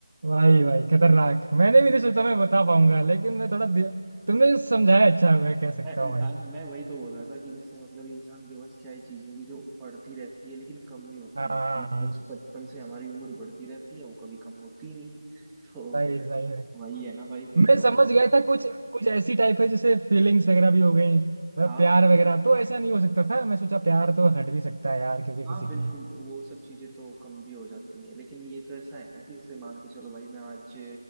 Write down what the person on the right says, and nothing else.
भाई भाई खतरनाक मैंने भी नहीं सोचा मैं बता पाऊंगा लेकिन मैं थोड़ा दि... तुमने समझाया अच्छा मैं कह सकता
हूँ भाई
हाँ
हाँ।
सही सही है
मैं समझ
गया था कुछ कुछ ऐसी टाइप है जैसे फीलिंग्स वगैरह भी हो गई मतलब
प्यार वगैरह तो ऐसा नहीं हो सकता था मैं सोचा प्यार तो हट भी सकता है यार क्योंकि
किसी
के लिए